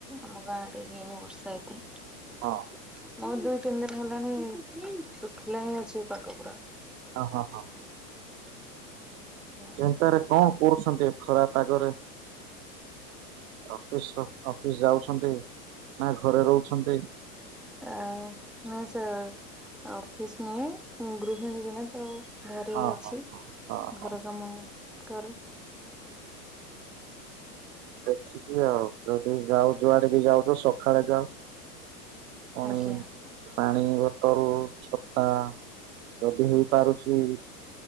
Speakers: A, in the centre; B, on the right.
A: ଆମ ଗାଁ ଆଡେ ଇନି ବର୍ଷା ଏତେ। <unintelligible>
B: ହଁ।
A: ମୋ ଦୁଇ ତିନି ଦିନ ହେଲାଣି ଶୁଖିଲା ହିଁ ଅଛି ପାଠ ପୁରା।
B: ହ ହଁ ହଁ
A: ଆଜ୍ଞା।
B: ଚିନ୍ତାରେ କଣ କହିଛନ୍ତି ଖରାପ ଆଗରେ। ଅଫିସ ଅଫିସ ଯାଉଛନ୍ତି ନା ଘରେ ରହୁଛନ୍ତି।
A: ଆ ନାଇଁ ସାର୍ ଅଫିସ ନୁହେଁ ଗୃହିଣୀ ଜଣେ ତ ଘରେ
B: ହଁ
A: ଅଛି
B: ହଁ। ହଁ ହଁ
A: ଘର କାମ କରେ।
B: ଦେଖିକି ଆଉ ଯଦି ଯାଉ ଯୁଆଡେ ବି ଯାଉଛ ସକାଳେ ଯାଉ। ପୁଣି
A: ଆଜ୍ଞା
B: ପାଣି ବଟଲ ଛତା ଯଦି ହେଇପାରୁଛି